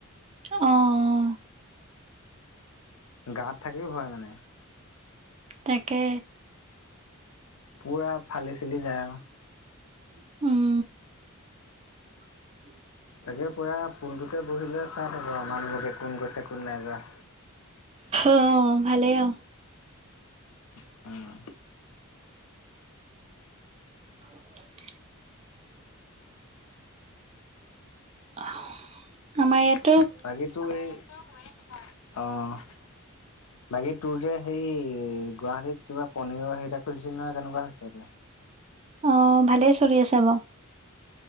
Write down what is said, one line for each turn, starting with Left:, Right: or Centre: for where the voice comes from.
Right: অ'।
Left: গাওঁত থাকিও হয় মানে।
Right: তাকে।
Left: পোৰা ফালি চালি যায় আৰু।
Right: উম। <inaudible>
Left: তাকে পোৰা পুলটোতে বহি লৈ চাই থাকোঁ আৰু মানুহবোৰকে কোন গৈছে কোন নাই যোৱা।
Right: অ' ভালেই আও।
Left: অ'।
Right: <inaudible> অ' আমাৰ ইয়াত
Left: বাকী তোৰ এই অ' বাকী তোৰ যে সেই গুৱাহাটীত কিবা পনীৰৰ সেইটা খুলিছিল নহয়, কেনেকুৱা হৈছে এতিয়া?
Right: অ' ভালেই চলি আছে বাৰু।